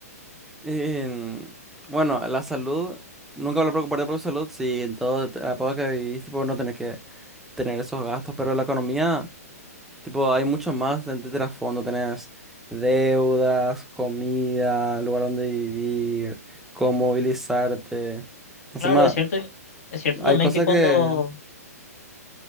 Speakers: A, in the centre; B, on the left (about 65°).
A: En- bueno, la salud, nunca voy a preocuparte por tu salud si en todo la época que vivís, tipo, no tenés que tener esos gastos, pero la economía, tipo, hay mucho más de de trasfondo, tenés deudas, comida, lugar donde vivir, cómo movilizarte. Encima,
B: claro, es cierto, es cierto
A: hay
B: también
A: cosas
B: que cuando...
A: que